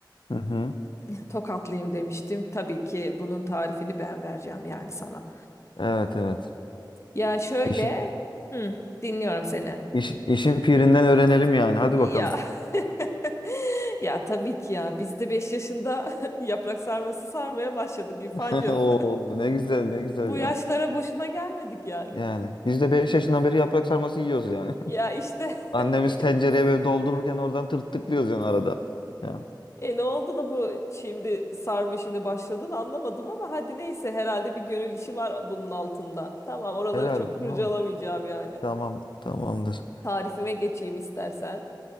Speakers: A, on the left; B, on the left.
A: Hı hı.
B: <laughs> Tokatlıyım demiştim. Tabii ki bunun tarifini ben vereceğim yani sana.
A: Evet evet.
B: Ya şöyle,
A: İşin,
B: hı, dinliyorum seni.
A: iş, işin pirinden öğrenelim yani. Hadi bakalım.
B: Ya <laughs> ya tabii ki ya biz de 5 yaşında <laughs> yaprak sarması sarmaya başladık İrfancığım.
A: <laughs> Oo, ne güzel
B: <laughs>
A: ne güzel
B: Bu yaşlara
A: ya.
B: boşuna gelmedik yani.
A: Yani biz de 5 yaşından beri yaprak sarması yiyoruz yani.
B: Ya işte
A: <laughs> Annemiz
B: <laughs> bir-
A: tencereye böyle doldururken oradan tırtıklıyoruz yani arada. Ya.
B: E ne oldu da bu şimdi sarma işine başladın anlamadım ama hadi neyse herhalde bir gönül işi var bunun altında. Tamam oraları
A: Herhalde.
B: çok kurcalamayacağım
A: Tamam.
B: yani.
A: Tamam. Tamamdır.
B: Tarifime geçeyim istersen.